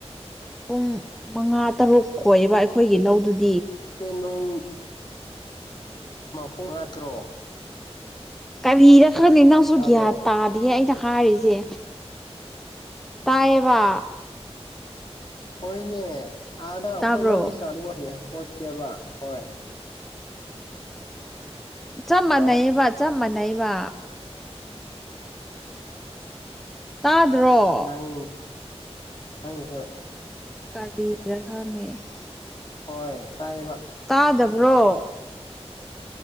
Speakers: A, in the centre; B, on the left.
A: ꯄꯨꯡ ꯃꯉꯥ ꯇꯔꯨꯛ ꯈꯑꯕ ꯑꯩꯈꯣꯏꯒꯤ ꯂꯧꯗꯨꯗꯤ
B: ꯅꯣꯡ ꯃꯄꯨꯡ ꯍꯥꯠꯇ꯭ꯔꯣ
A: ꯀꯥꯔꯤꯔ ꯈꯔꯅꯤꯅꯥꯁꯨꯣ
B: ꯇꯥꯕ꯭ꯔꯣ
A: ꯌꯥꯠ ꯇꯥꯗꯤꯌꯦ ꯑꯩꯅ ꯍꯥꯏꯔꯤꯁꯦ ꯇꯥꯏꯌꯦꯕ
B: ꯍꯣꯏꯅꯦ ꯑꯥꯗ ꯑꯩꯈꯣꯏ
A: ꯇꯥꯕ꯭ꯔꯣ
B: ꯂꯧꯒꯤ ꯆꯥꯗꯨ ꯍꯣꯠꯀꯦꯕ ꯍꯣꯏ
A: ꯆꯞ ꯃꯥꯟꯅꯩꯕ
B: ꯍꯜꯂꯣ
A: ꯆꯞ ꯃꯥꯟꯅꯩꯕ ꯇꯥꯗ꯭ꯔꯣ
B: ꯑꯁ ꯅꯪ ꯅꯪꯁꯨ
A: ꯀꯔꯤꯔꯥ <unintelligible>
B: ꯍꯣꯏ ꯇꯥꯏꯕ
A: ꯇꯥꯗꯕ꯭ꯔꯣ